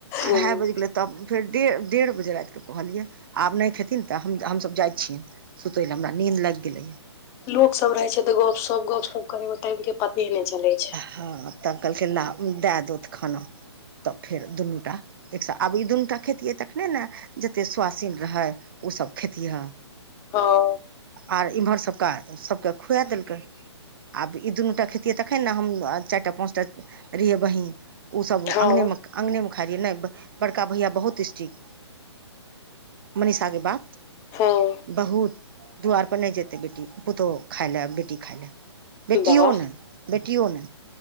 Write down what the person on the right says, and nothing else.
अढ़ाय
बैज गेलै तब फेर डे डेढ़ बजे राएत के कहलियै आब नै खेथिन तऽ हम, हम सब जाय छियेन सुतै लऽ हमरा नीन्द लाएग गेलैया।
ह तब कहलकै ला उ दए दूध खाना। तब फेर दुनू टा एकस आब ई दुनूटा खेतियै तखने न जते स्वास दिन रहैय ओसब खेतिहऽ।
आर इम्हर सबके सबके खुआ देलकै आब ई दुनूटा खेते खैतिए तखन न हम चारिटा पाँचटा रहिए बहिन उसब
अंगनेमे अंगनेमे खा लिया नै बड़का भैया बहुत स्टिक। मनीषा के बाप
बहुत द्वारपर नै जेतैय बेटी पुतहु खाय लऽ बेटी खाय लऽ बेटियो
नहि। बेटियो नै